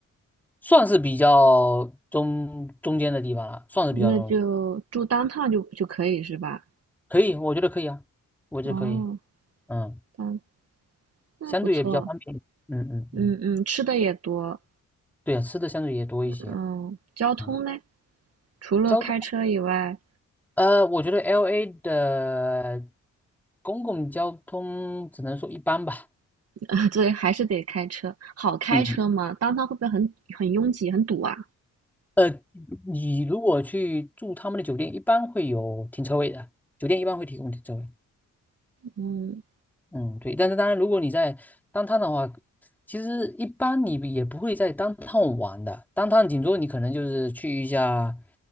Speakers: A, in the centre; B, on the right.
A: 算是比较中中间的地方了，算是比较中间
B: 那就住当趟就就可以是吧？
A: 可以，我觉得可以啊，我觉得可以，
B: 哦，
A: 嗯，
B: 当那不错。
A: 相对也比较方便，嗯嗯嗯，
B: 嗯嗯，吃的也多。
A: 对啊，吃的相对也多一些，
B: 嗯，交通呢？
A: 嗯，
B: 除了开车以外，
A: 交通，呃，我觉得 LA 的公共交通只能说一般吧，
B: <laughs> 对，还是得开车。好开车吗？
A: 嗯，
B: 当他会不会很很拥挤、很堵啊？
A: 呃，你如果去住他们的酒店，一般会有停车位的，酒店一般会提供停车位，
B: 嗯
A: 嗯，对，但是当然，如果你在当趟的话，其实一般你也不会在当趟玩的。当趟顶多你可能就是去一下，